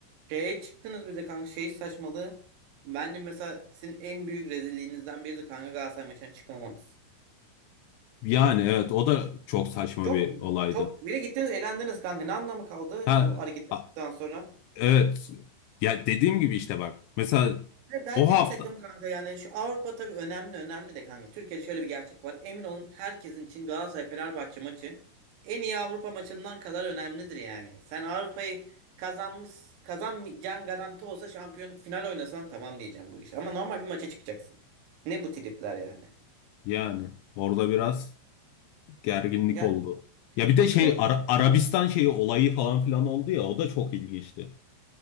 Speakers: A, on the right; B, on the left.
A: şeye çıktınız bir de kanka şey saçmalığı. Bence mesela sizin en büyük rezilliğinizden biri de kanka Galatasaray maçına çıkmamanız.
B: Yani evet o da çok saçma
A: Çok
B: bir olaydı.
A: çok bile gittiniz elendiniz kanka. Ne anlamı kaldı
B: Ha
A: bu hareket
B: a-
A: ettikten sonra?
B: evet ya dediğim gibi işte bak mesela
A: Ve bence
B: o hafta
A: bir takım kanka yani şu Avrupa tabii önemli önemli de kanka. Türkiye'de şöyle bir gerçek var. Emin olun herkesin için Galatasaray Fenerbahçe maçı en iyi Avrupa maçından kadar önemlidir yani. Sen Avrupa'yı kazanmış kazanmayacağın garanti olsa şampiyonluk final oynasan tamam diyeceğim bu iş. Ama normal bir maça çıkacaksın. Ne bu tripler yani?
B: yani orada biraz Gerginlik
A: Yani
B: oldu. Ya bir de şey
A: çocuk
B: Ara- Arabistan şeyi olayı falan filan oldu ya o da çok ilginçti.